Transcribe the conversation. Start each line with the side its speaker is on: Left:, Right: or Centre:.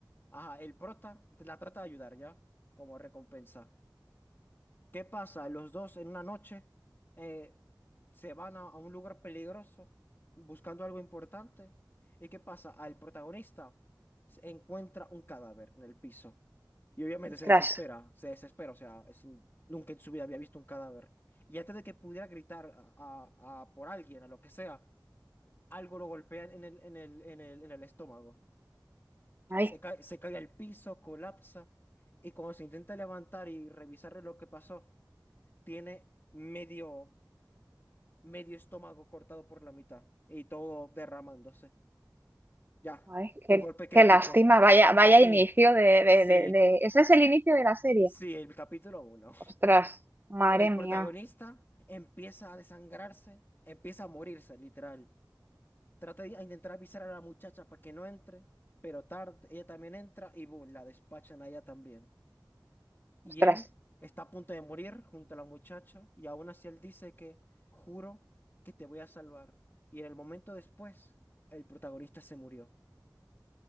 Left: ajá, el prota la trata de ayudar ya como recompensa. ¿Qué pasa? Los dos en una noche eh, se van a, a un lugar peligroso buscando algo importante. ¿Y qué pasa? Al protagonista se encuentra un cadáver en el piso. Y obviamente
Right: Ostras.
Left: se desespera, se desespera, o sea, es un- nunca en su vida había visto un cadáver. Y antes de que pudiera gritar a, a- a por alguien, a lo que sea, algo lo golpea en el, en el, en el, en el estómago.
Right: Ay.
Left: Se cae, se cae al piso, colapsa. Y cuando se intenta levantar y revisar lo que pasó, tiene medio, medio estómago cortado por la mitad y todo derramándose. Ya,
Right: Ay,
Left: un
Right: qué,
Left: golpe crítico.
Right: qué lástima, vaya, vaya
Left: Sí,
Right: inicio de, de,
Left: sí,
Right: de, de- Ese es el inicio de la serie.
Left: sí, el capítulo uno
Right: Ostras, madre
Left: El
Right: mía,
Left: protagonista empieza a desangrarse, empieza a morirse, literal. Trata de a intentar avisar a la muchacha para que no entre, pero tarde, ella también entra y boom, la despachan a ella también. Y
Right: ostras,
Left: él está a punto de morir junto a la muchacha y aún así él dice que juro que te voy a salvar. Y en el momento después, el protagonista se murió.